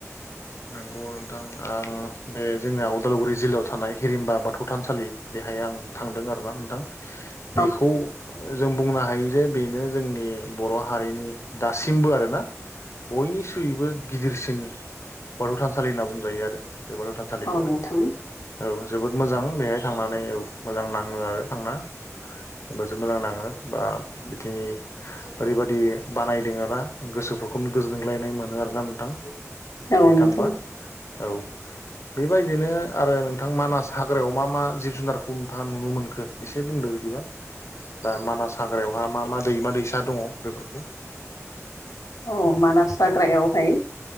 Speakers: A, on the left (about 55°); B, on the left (about 80°).
A: नंगौ नोंथां आं बे जोंनिया अदालगुरि जिल्लायाव थानाय हिरिमबा बाथौ थानसालि बेहाय आं थांदों आरोना नोंथां।
B: <inaudible>
A: बेखौ जों बुंनो हायो जे बेनो जोंनि बर' हारिनि दासिमबो आरोना बयनिख्रुइबो गिदिरसिन बाथौ थानसालि होनना बुंजायो आरो बे बाथौ थानसालिखौ
B: औ
A: औ
B: नोंथां
A: जोबोद मोजां बेहाय थांनानै औ मोजां नाङो आरो थांना। बो मोजां नाङो बा बिखिनि ओरैबायादि बानायदों आरोना गोसोफोरखौनो गोजोनग्लायनाय मोनो आरोना नोंथां।
B: औ नोंथां
A: थांबा औ बेबायदिनो आरो नोंथां मानास हाग्रायाव मा मा जिब जुनारखौ नोंथाङा नुनो मोनखो? एसे बुंदो बिदिबा दा मानास हाग्रायावहा मा मा दैमा दैसा दङ बेफोरखौ
B: औ मानास हाग्रायावहाय